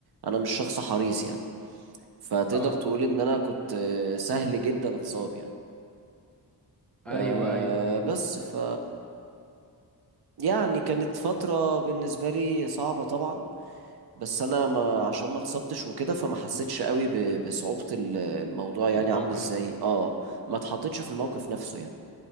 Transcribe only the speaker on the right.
انا مش شخص حريص يعني فتقدر
تقول ان انا كنت آه، سهل جدا اتصاب يعني
أه
بس ف يعني كانت فتره بالنسبه لي صعبه طبعا بس انا ما عشان ما اتصبتش وكده فما حسيتش قوي ب- بصعوبه ال- الموضوع يعني
عامل ازاي اه ما اتحطيتش في الموقف نفسه يعني